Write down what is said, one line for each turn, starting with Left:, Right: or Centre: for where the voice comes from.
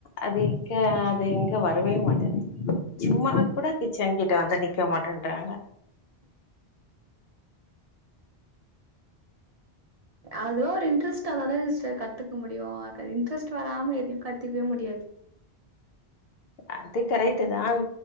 Left: அது இங்கே அது இங்கே வரவே மாட்டேங்குது சும்மா கூட கிச்சன் கிட்ட வந்து நிக்க மாட்டேன்ட்டாங்க
Right: அதுவு ஒரு இன்ட்ரெஸ்ட்டாதனே <unintelligible> த்துக்க முடியு அத இன்ட்ரெஸ்ட் வராம எதையு கத்துக்கவே முடியாது
Left: அது கரெக்ட் தா